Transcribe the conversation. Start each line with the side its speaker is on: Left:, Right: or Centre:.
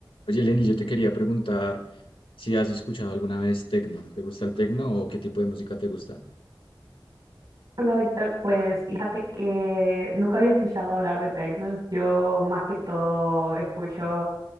Left: Oye, Lenny, yo te quería preguntar si has escuchado alguna vez tecno. ¿Te gusta el tecno o qué tipo de música te gusta?
Right: Hola Víctor, pues fíjate que nunca había escuchado hablar de techno. Yo más que todo escucho